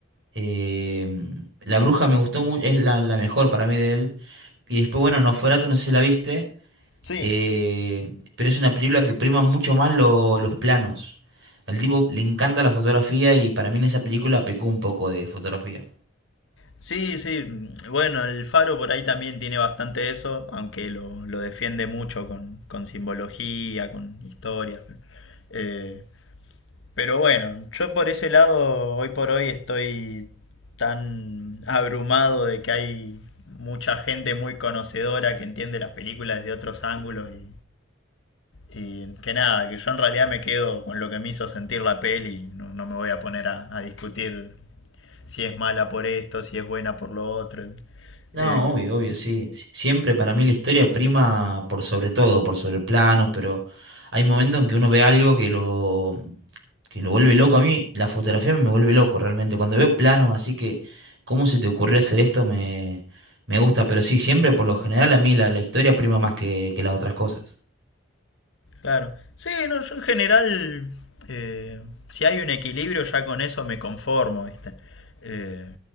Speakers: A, on the right; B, on the left.
A: Eh, La Bruja me gustó mucho, es la, la mejor para mí de él. Y después, bueno, Nosferatu, no sé si la viste,
B: sí,
A: eh, pero es una película que prima mucho más lo- los planos. Al tipo le encanta la fotografía y para mí en esa película pecó un poco de fotografía.
B: sí, sí, mm, bueno, el Faro por ahí también tiene bastante de eso, aunque lo, lo defiende mucho con, con simbología, con historias. pero, eh, Pero bueno, yo por ese lado, hoy por hoy estoy tan abrumado de que hay mucha gente muy conocedora que entiende las películas desde otros ángulos y, y que nada, que yo en realidad me quedo con lo que me hizo sentir la peli, no, no me voy a poner a, a discutir si es mala por esto, si es buena por lo otro.
A: No,
B: Eh,
A: obvio, obvio, sí. Sie- Siempre para mí la historia prima por sobre todo, por sobre planos, pero hay momentos en que uno ve algo que lo, que lo vuelve loco. A mí la fotografía me vuelve loco realmente. Cuando veo planos, así que, ¿cómo se te ocurrió hacer esto? Me, me gusta, pero sí, siempre por lo general a mí la, la historia prima más que, que las otras cosas.
B: Claro. Sí, no, yo en general, eh, si hay un equilibrio, ya con eso me conformo, ¿viste? Eh,